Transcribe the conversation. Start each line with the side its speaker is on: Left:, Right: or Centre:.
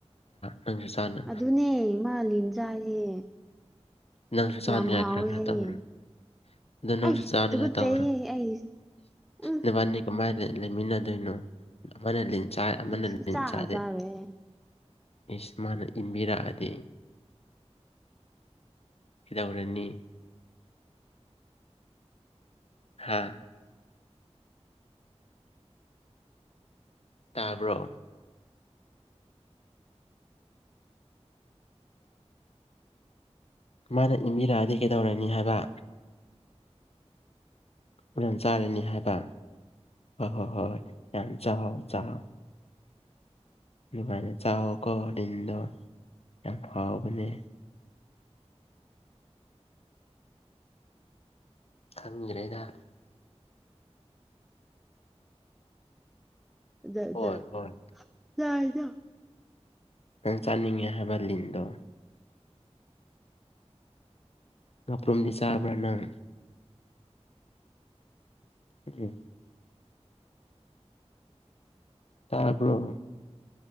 Left: ꯅꯪꯁꯨ ꯆꯥꯟꯅꯩ
Centre: ꯑꯗꯨꯅꯦ ꯃꯥ ꯂꯤꯟ ꯆꯥꯏꯌꯦ꯫
Left: ꯅꯪꯁꯨ ꯆꯥꯟꯅ
Centre: ꯌꯥꯝ
Left: ꯌꯥꯏ
Centre: ꯍꯥꯎꯋꯦ
Left: ꯈꯔ ꯈꯔ
Centre: ꯍꯥꯏꯌꯦ
Left: ꯇꯧꯔ ꯑꯗꯨ ꯅꯪꯁꯨ
Centre: ꯑꯩ
Left: ꯆꯥꯅꯤꯡꯉꯥꯏ
Centre: ꯇꯨꯒꯠꯆꯩꯍꯦ
Left: ꯇꯧꯈ꯭ꯔꯣ
Centre: ꯑꯩ ꯎꯝ
Left: ꯅꯕꯥꯅꯤ ꯀꯃꯥꯏꯅ ꯂꯩꯃꯤꯟꯅꯗꯣꯏꯅꯣ ꯑꯃꯅ ꯂꯤꯟ ꯆꯥꯏ ꯑꯃꯅ
Centre: ꯁꯨꯡꯆꯥ
Left: ꯂꯤꯟ ꯆꯥꯗꯦ
Centre: ꯆꯥꯔꯣꯏꯍꯦ
Left: ꯏꯁ ꯃꯥꯅ ꯏꯟꯕꯤꯔꯛꯑꯗꯤ꯫ ꯍꯤꯗꯧꯔꯅꯤ ꯍꯥꯥ ꯇꯥꯕ꯭ꯔꯣ ꯃꯥꯅ ꯏꯟꯕꯤꯔꯛꯑꯗꯤ ꯀꯩꯗꯧꯔꯅꯤ ꯍꯥꯏꯕ꯫ ꯍꯨꯔꯦꯟ ꯆꯥꯔꯅꯤ ꯍꯥꯏꯕ ꯍꯣ-ꯍꯣꯏ-ꯍꯣꯏ ꯌꯥꯝ ꯆꯥꯎ ꯆꯥꯎ꯫ ꯑꯗꯨꯃꯥꯏꯅ ꯆꯥꯎꯀꯣ ꯂꯤꯟꯗꯣ ꯌꯥꯝ ꯍꯥꯎꯕꯅꯦ ꯈꯪꯗ꯭ꯔꯦꯗ
Centre: ꯑꯗꯦ
Left: ꯍꯣꯏ
Centre: ꯗꯦ
Left: ꯍꯣꯏ
Centre: ꯂꯥꯏꯗ꯫
Left: ꯅꯪ ꯆꯥꯅꯤꯡꯉꯦ ꯍꯥꯏꯕ ꯂꯤꯟꯗꯣ ꯉꯥꯄ꯭ꯔꯨꯝꯗꯤ ꯆꯥꯕ꯭ꯔꯥ ꯅꯪ ꯎ ꯇꯥꯔꯕ꯭ꯔꯣ